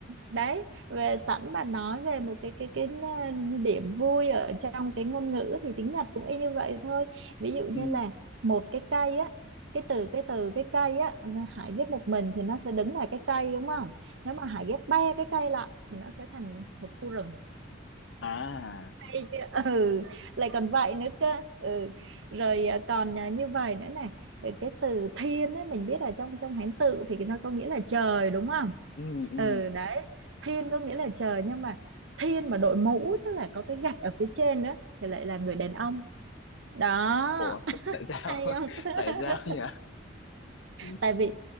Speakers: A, on the right; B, on the left.
A: đấy về sẵn bạn nói về một cái cái cái ờ, điểm vui ở trong cái ngôn ngữ thì tiếng Nhật cũng y như vậy thôi ví dụ
B: ừ.
A: như là một cái cây á cái từ cái từ cái cây á Hải ghép một mình thì nó sẽ đứng là cái cây đúng không nếu mà Hải ghép ba cái cây lại thì nó sẽ thành một khu rừng
B: à
A: Hay chưa? Ừ, lại còn vậy nữa cơ. Ừ. Rồi à, còn à, như vậy nữa này, rồi cái từ thiên ấy mình biết là trong trong Hán tự thì nó có nghĩa là trời đúng không?
B: ừ, ừ.
A: Ừ đấy, thiên có nghĩa là trời nhưng mà thiên mà đội mũ tức là có cái gạch ở phía trên nữa thì lại là người đàn ông. Đó,
B: ủa
A: <laughs>
B: tại sao
A: hay không?
B: <laughs>
A: <laughs>
B: tại sao nhỉ ừ,
A: tại vì